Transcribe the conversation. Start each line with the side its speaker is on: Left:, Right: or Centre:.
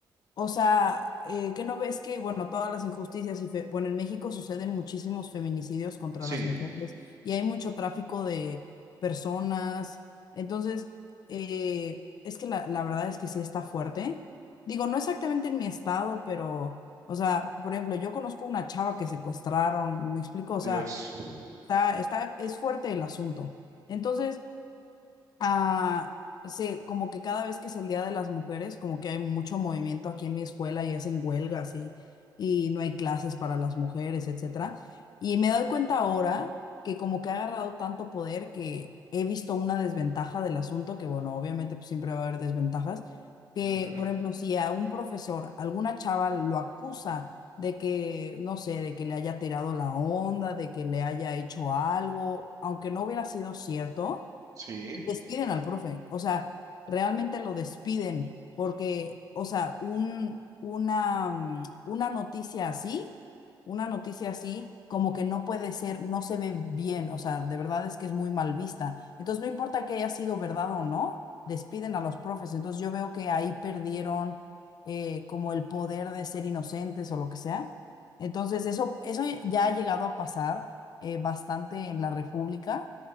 Left: o sea, eh, ¿qué no ves que, bueno, todas las injusticias y, fe- bueno, en México suceden muchísimos feminicidios contra
Right: Sí,
Left: las mujeres y hay mucho tráfico de personas. Entonces, eh, es que la, la verdad es que sí está fuerte. Digo, no exactamente en mi estado, pero, o sea, por ejemplo, yo conozco una chava que secuestraron, me explico,
Right: Dios.
Left: o sea, está, está, es fuerte el asunto. Entonces, Ah, sí, como que cada vez que es el Día de las Mujeres, como que hay mucho movimiento aquí en mi escuela y hacen huelgas y, y no hay clases para las mujeres, etcétera. Y me doy cuenta ahora que como que ha agarrado tanto poder que he visto una desventaja del asunto, que bueno, obviamente pues, siempre va a haber desventajas, que
Right: Ujú,
Left: por ejemplo, si a un profesor, alguna chava lo acusa de que, no sé, de que le haya tirado la onda, de que le haya hecho algo, aunque no hubiera sido cierto
Right: Sí,
Left: despiden al profe, o sea, realmente lo despiden, porque, o sea, un, una, mm, una noticia así, una noticia así, como que no puede ser, no se ve bien, o sea, de verdad es que es muy mal vista. Entonces, no importa que haya sido verdad o no, despiden a los profes. Entonces, yo veo que ahí perdieron eh, como el poder de ser inocentes o lo que sea. Entonces, eso, eso ya ha llegado a pasar eh, bastante en la República